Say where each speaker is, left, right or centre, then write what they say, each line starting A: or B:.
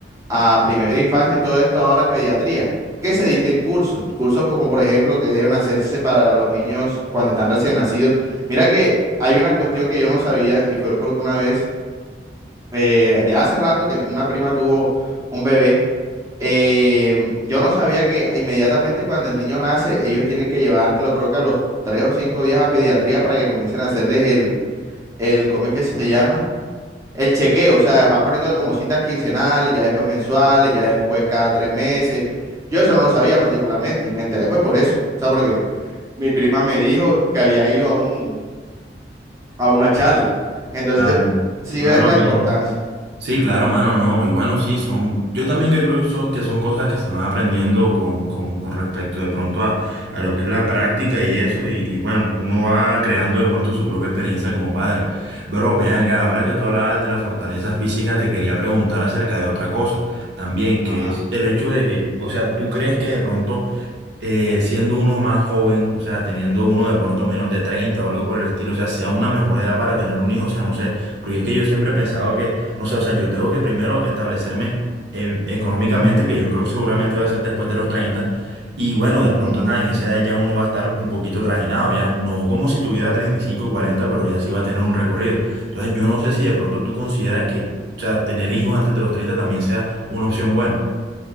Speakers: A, on the right; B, on the right.
A: a primera infancia y todo esto ahora en pediatría, que se dicten cursos, cursos como por ejemplo que deben hacerse para los niños cuando están recién nacidos. Mira que hay una cuestión que yo no sabía y fue porque una vez, eh, ya hace rato que una prima tuvo un bebé, eh, yo no sabía que inmediatamente cuando el niño nace, ellos tienen que llevarlo creo que a los tres o cinco días a pediatría para que comiencen a hacerles el, el, ¿cómo es que se llama? El chequeo, o sea, van poniéndole como citas quincenales, ya después mensuales, ya después cada tres meses. Yo eso no lo sabía particularmente y me enteré fue por eso. O sea, porque mi prima me dijo que había ido a un, a una charla. Entonces,
B: Claro,
A: si
B: claro,
A: ves la
B: claro.
A: importancia.
B: Sí, claro, mano, no. Y bueno, sí, son, yo también que creo que son, que son cosas que se van aprendiendo con, con, con respecto de pronto a, a lo que es la práctica y eso, y, y bueno, uno va creando de pronto su propia experiencia como padre. Bro, ven acá, ahora que tú hablabas de la fortaleza física, te quería preguntar acerca de otra cosa también, que
A: Ajá.
B: es el hecho de que, o sea, ¿tú crees que de pronto eh, siendo uno más joven, o sea, teniendo uno de pronto menos de 30 o algo por el estilo, o sea, sea una mejor edad para tener un hijo, o sea, no sé, porque es que yo siempre he pensado que, no sé, o sea, yo tengo que primero establecerme eh, económicamente, que yo creo que seguramente va a ser después de los 30 y bueno, de pronto,
A: ujú.
B: ah, en esa edad ya uno va a estar un poquito trajinado, ya, no como si tuviera 35 40 pero ya sí va a tener un recorrido. Entonces, yo no sé si de pronto tú consideras que, o sea, tener hijos antes de los 30 también sea una opción buena.